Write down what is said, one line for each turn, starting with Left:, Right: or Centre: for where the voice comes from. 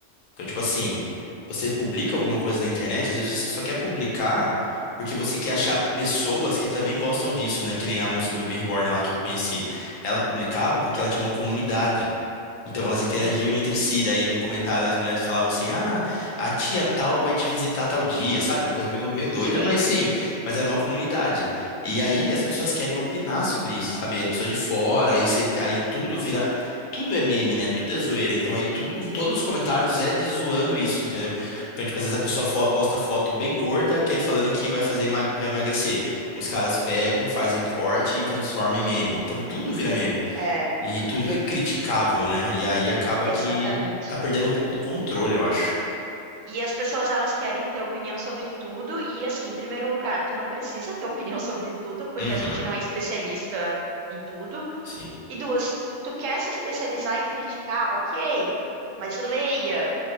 Left: Então, tipo assim, você publica alguma coisa na internet, às vezes você só quer publicar porque você quer achar pessoas que também gostam disso, né? Que nem a moça do Baby Reborn lá que eu conheci. Ela publicava porque ela tinha uma comunidade. Então elas interagiam
Right: Sim,
Left: entre si, daí no comentário as mulheres falavam assim: "Ah, a tia tal vai te visitar tal dia", sabe? Uma coisa meio, meio doida,
Right: sim,
Left: mas sim, mas era uma comunidade. E aí as pessoas querem opinar sobre isso, sabe? A pessoa de fora, aí, cê- aí tudo vira, tudo é meme, né? Tudo é zoeira. Então aí tudo, todos os comentários é de zoando isso, entendeu? Então, tipo, às vezes a pessoa fo- posta foto bem gorda, que ele falando que vai fazer, emag- vai emagrecer. Os caras pegam, fazem corte e transformam em meme. Então tudo vira meme.
Right: é,
Left: E tudo é criticável, né? E aí acaba
Right: exatamente.
Left: que tá perdendo um pouco do controle, eu acho.
Right: E as pessoas, elas querem ter opinião sobre tudo, e assim, em primeiro lugar, tu não precisa ter <laughs> opinião sobre tudo, porque
Left: Uhum.
Right: a gente não é especialista em tudo.
Left: Sim,
Right: E duas, tu quer se especializar e criticar, ok, mas leia.